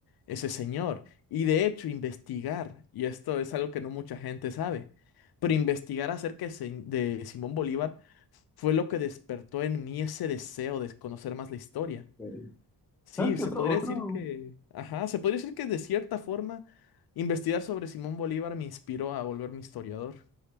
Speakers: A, on the left; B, in the centre.
A: ese señor. Y de hecho, investigar, y esto es algo que no mucha gente sabe, pero investigar acerca de, Sim- de Simón Bolívar fue lo que despertó en mí ese deseo de conocer más la historia.
B: ok.
A: Sí,
B: ¿Sabes qué
A: se
B: otro,
A: podría
B: otro?
A: decir que, ajá, se podría decir que de cierta forma investigar sobre Simón Bolívar me inspiró a volverme historiador.